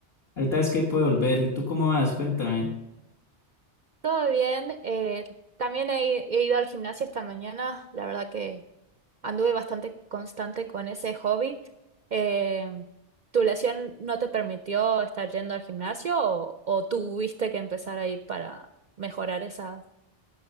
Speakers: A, on the left; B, on the right.
A: ahorita es que puedo volver. ¿Y tú cómo vas? Cuéntame.
B: Todo bien. eh, también he, he ido al gimnasio esta mañana. La verdad que anduve bastante constante con ese hobby. Eh, ¿tu lesión no te permitió estar yendo al gimnasio o, o tuviste que empezar a ir para mejorar esa,